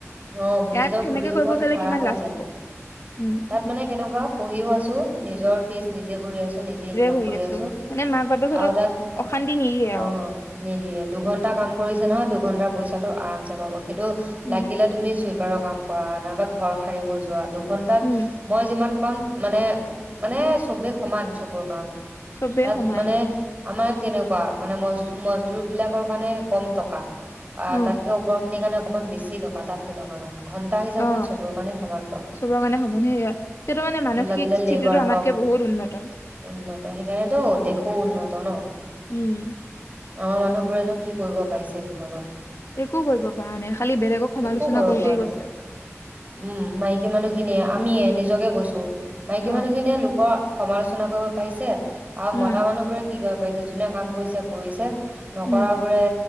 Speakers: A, on the right; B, on the left.
A: অ
B: ইয়াত
A: নিজৰ
B: কেনেকে
A: ভৰিৰ ওপৰত
B: কৰিব গ'লে
A: থিয়
B: কিমান
A: হৈ
B: লাজ
A: যায়।
B: দিব উম
A: তাত
B: উম
A: মানে কেনেকুৱা, পঢ়িও আছো নিজৰ ফিজ নিজে ভৰি আছো। নিজে ইনকাম
B: ভৰি
A: কৰি আছো
B: মানে মাক বাপেকহঁতক
A: আৰু তাত
B: অশান্তি নিদিয়ে
A: অ,
B: আৰু
A: নিদিয়ে দুঘন্টা কাম কৰিছে নহয় দুঘন্টাৰ পইচাটো আৰামছে পাব সেইটো
B: উম
A: লাগিলে তুমি চুইপ চুইপাৰৰ কাম কৰা নাইবা ঘৰ সাৰিব যোৱা দুঘন্টাত,
B: উম
A: মই যিমান পাম মানে চবেই সমান চবৰ কাৰণে।
B: চবেই
A: তাত
B: সমান
A: মানে আমাৰ ইয়াত কেনেকুৱা মানে মজদুৰ বিলাকৰ কাৰণে কম টকা,
B: উম
A: তাতকৈ ওপৰৰ খিনিৰ কাৰণে অকনমান বেছি টকা তাত তেনেকুৱা নহয়। ঘন্টা হিচাপত
B: অ',
A: চবৰ কাৰণে সমান টকা
B: চবৰ কাৰণে সমান সে হয় সেইটো মানে মানসিক
A: যোৰ লাগিলে
B: স্থিতিটো
A: লেবাৰ
B: আমাত
A: হওক
B: কে বহুত উন্নত।
A: উন্নত সেইকাৰণেতো দেশো উন্নত ন।
B: উম।
A: আমাৰ মানুহবোৰে নো কি কৰিব পাৰিচে জীৱনত।
B: একো কৰিব পৰা নাই খালি বেলেগক সমালোচনা
A: একো কৰিব
B: কৰোতেই
A: পৰা নাই
B: গৈছে।
A: উম মাইকী মানুহখিনিয়ে আমিয়ে নিজকে কৈছো মাইকী
B: অ
A: মানুহখিনিয়ে লোকৰ, সমালোচনা কৰিব পাৰিছে আৰু
B: উম
A: মতা মানুহ বোৰে কি কৰিব পাৰিছে যোনে কাম কৰিছে কৰিছে। নকৰাবোৰে
B: উম